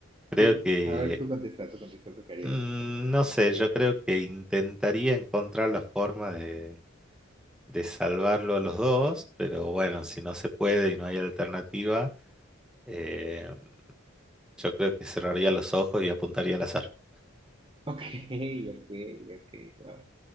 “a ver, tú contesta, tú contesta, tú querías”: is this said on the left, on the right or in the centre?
Right